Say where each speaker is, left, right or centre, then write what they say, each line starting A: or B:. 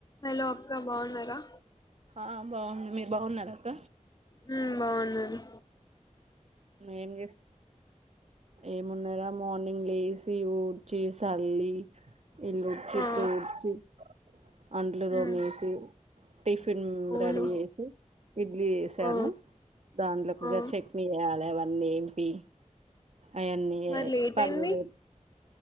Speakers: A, on the left; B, on the right.
A: Hello అక్క బాగున్నారా
B: ఆ బావున్న మీరు బాగున్నారా అక్క
A: హ్మ్ బావున్నాను
B: ఏం చేస్ ఏమున్నాయి రా మార్నింగ్ లేసి ఊడ్చి సల్లి ఇల్లు ఊడ్చి
A: ఆ
B: తూడ్చి అంట్లు తోమేసి
A: ఉమ్
B: టిఫిన్
A: అవును
B: రెడీ చేసి ఇడ్లీ వేసాను
A: ఆ
B: దాంట్లోకిగా
A: ఆ
B: చెట్ చాల అవన్నీ ఏంపి అవన్నీ
A: మరి లేట్
B: పల్లీలు
A: అయింది